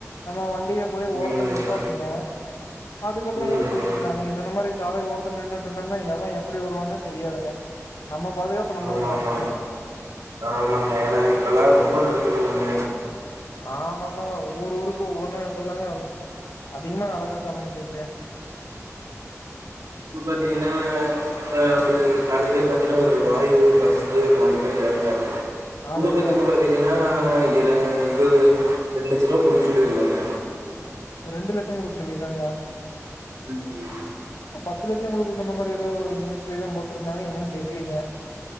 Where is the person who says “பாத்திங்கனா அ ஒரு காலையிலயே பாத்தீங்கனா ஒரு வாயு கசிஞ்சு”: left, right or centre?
Right